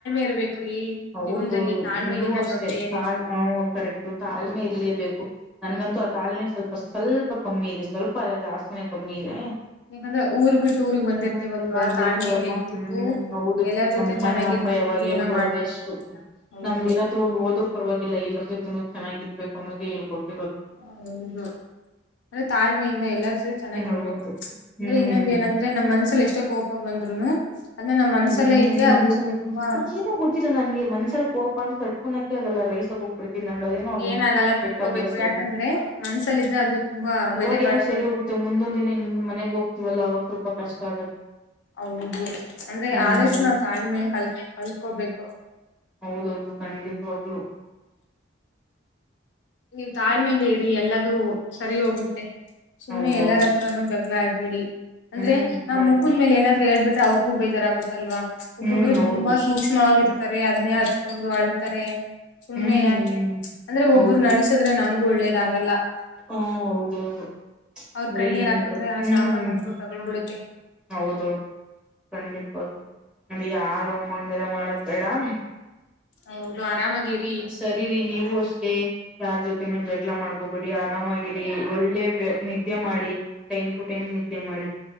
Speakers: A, on the left; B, in the centre.
A: ಇರ್ಬೇಕ್ರಿ
B: ಹೌದು
A: ಜೀವನದಲ್ಲಿ ತಾಳ್ಮೆಗಿಂತ
B: ನೀವು ಅಷ್ಟೇ
A: ದೊಡ್ಡದು ಏನಿಲ್ಲ
B: ತಾಲ್ ಕರೆಕ್ ಕಾಲ್ ಇರ್ಲೇಬೇಕು ನನ್ಗಂತೂ ಆ ತಾಳ್ಮೆ ಸ್ವಲ್ಪ ಸ್ವಲ್ಪ ಕಮ್ಮಿ ಇದೆ ಸ್ವಲ್ಪ ಅದ ಜಾಸ್ತ ಕಮ್ಮಿದೆ
A: ಯಾಕಂದ್ರೆ ಊರ್ ಬಿಟ್ಟು ಊರಿಗ್ ಬಂದಿರ್ತೇವಲ್ವಾ
B: ಹ್ಮ್ ಬಂದಿರ್ತೀವಲ್ಲ
A: ತಾಳ್ಮೆಯಿಂದ ಇದ್ಬಿಟ್ಟು
B: ಹ್ಮ್ ಹೌದು
A: ಎಲ್ಲಾರ್
B: ನಮ್ಮಮ್ಮ
A: ಜೊತೆ ಚೆನ್ನಾಗಿದ್ಬಿಟ್ಟು
B: ನಮ್ಮಪ್ಪ ಯಾವಾಗ
A: ಜೀವನ
B: ಹೇಳ್ಕೊಡೋದೆ
A: ಮಾಡ್ಬೇಕು
B: ಎಷ್ಟು
A: ಹೌದು
B: ನಮ್ದ್ ಏನ್ರು ಒಂದು ಹೋದ್ರು ಪವಾಗಿಲ್ಲ ಎಲ್ರ ಜೊತೆನು ಚೆನ್ನಾಗಿ ಇರ್ಬೇಕು ಅನ್ನೋದ ಹೇಳ್ಕೊಟ್ಟು
A: ಹೌದು ಅಂದ್ರೆ ತಾಳ್ಮೆಯಿಂದ ಎಲ್ಲ ಸೂ ಚೆನ್ನಾಗಿರ್ಬೇಕು
B: ಹೌದು
A: ಅಂದ್ರೆ
B: ಹ್ಮ್
A: ಇನ್ನೊಂದ ಏನಂದ್ರೆ ನಮ್ ಮನ್ಸ ಎಷ್ಟೇ ಕೋಪ ಬಂದ್ರುನು ಅದನ್ನ ನಮ್ ಮನ್ಸಲ್ಲೇ
B: ಹ್ಮ್
A: ಇದ್ರೆ
B: ಮನ್ಸಲ್
A: ಅದು ತುಂಬಾ
B: ಮತ್ತ ಏನ ಗೊತ್ತಿಲ್ಲ ನನ್ಗೆ ಮನ್ಸಲ್ ಕೋಪ ಅಸ ಕುುನಕ್ಕೆ ಅಲ್ಲ ರೈಸ ಹೋಗ್ಬಿಟ್ಟು ನನ್ಗ ಅದೇನೋ ಅದೊಂದು
A: ಏನಾಗಲ್ಲ
B: ಕೆಟ್ಟ
A: ತಡ್ಕೋಬೇಕು
B: ಅಭ್ಯಾಸ
A: ಯಾಕಂದ್ರೆ
B: ಇದೆ
A: ಮನ್ಸಲ್ಲಿದ್ರೆ ಅದು ತುಂಬಾ
B: ಇವಾಗ
A: ಬೆಲೆ ಬಾಳುತ್ತೆ
B: ಏನೋ ಸರಿ ಹೋಗುತ್ತೆ ಮುಂದೊಂದ್ನ ಇನ್ ಮನೆಗ್ ಹೋಗ್ತಿವಲ್ಲ ಅವಾಗ ಸ್ವಲ್ಪ ಕಷ್ಟ ಆಗತ್ತೆ
A: ಹೌದು ಅಂದ್ರೆ
B: ಹ್ಮ್
A: ಆದಷ್ಟು ನಾವ್ ತಾಳ್ಮೆಯ ಕಲ್ ಕಲ್ಕೋಬೇಕು
B: ಹೌದೌದು ಖಂಡಿತವಾಗ್ಲು
A: ನೀವ್ ತಾಳ್ಮೆಯಿಂದ ಇರಿ ಎಲ್ಲದುೂ ಸರಿ ಹೋಗುತ್ತೆ ಸುಮ್ನೆ
B: ಹೌದೌದು
A: ಎಲ್ಲರ ಹತ್ರನುೂ ಜಗ್ಲ ಆಡ್ ಬಿಡಿ ಅಂದ್ರೆ
B: ಹ್ಮ್
A: ನಮ್ ಮುಖದ ಮೇಲೆ ಏನಾದ್ರು ಹೇಳ್ಬಿಟ್ರೆ ಅವ್ರಿಗೂ ಬೇಜಾರ ಆಗತ್ ಅಲ್ವಾ ಒಬ್ಬೊಬ್ರು
B: ಹ್ಮ್ ಹೌದು
A: ತುಂಬಾ ಸೂಕ್ಷ್ಮವಾಗಿರ್ತಾರೆ ಅದನ್ನೇ ಹಚ್ಕೊಂಡು ಅಳ್ತಾರೆ ಸುಮ್ನೆ
B: ಹ್ಮ್
A: ಯಾಕೆ ಅಂದ್ರೆ
B: ಹೌದು
A: ಒಬ್ರನ್ನ ಅಳ್ಸದ್ರೆ ನಮ್ಗೂ ಒಳ್ಳೇದಾಗಲ್ಲ
B: ಹಾ ಹೌದೌದು
A: ಅವ್ರ
B: ಅಂದ್ರೆ
A: ಕಣ್ಣೀರ್
B: ಏನ್
A: ಹಾಕುದ್ರೆ
B: ಗೊತ್
A: ಆ
B: ಹ್ಮ್
A: ಶಾಪ
B: ಹ್ಮ
A: ನಮ್ಗೂ ತಗೊಳ್ಬಿಡುತ್ತೆ
B: ಹೌದೌದು ಖಂಡಿತ್ವಾಗ್ಲೂ ಅದು ಯಾರು ಹಂಗೆಲ್ಲ ಮಾಡದ್ ಬೇಡ ಹ್ಮ
A: ಹೌದು ಆರಾಮಾಗಿರಿ
B: ಸರಿ ರಿ ನೀ ನಿವು ಅಷ್ಟೇ ಯಾರ್ ಜೊತೆನು ಜಗ್ಳ ಮಾಡ್ಕೋಬಿಡಿ ಆರಾಮಾಗಿರಿ ಒಳ್ಳೆ ವ್ಯಾ ಮಾಡಿ ಟೈಮ್ ಟು ಟೈಮ್ ನಿದ್ದೆ ಮಾಡಿ